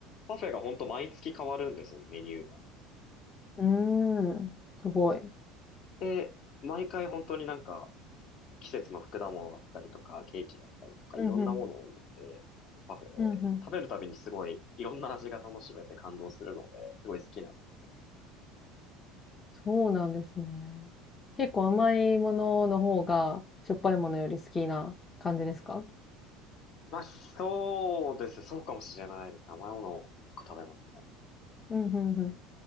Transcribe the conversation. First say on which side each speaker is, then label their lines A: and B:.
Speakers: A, on the left (about 55°); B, on the left (about 25°).
A: パフェが本当毎月変わるんですよね、メニューが。
B: うん。うーん。すごい。
A: で、毎回本当になんか、季節の果物だったりとか、ケーキだったりとか、
B: うんうん。
A: いろんなものを入れて、パフェで、
B: うんうん。
A: 食べるたびにすごい、いろんな味が楽しめて感動するので、すごい好きなんです。
B: そうなんですね。結構甘いものの方が、しょっぱいものより好きな感じですか
A: まあ、そうですね。そうかもしれないです。ね甘いものを結構食べますね。
B: うん、うん、う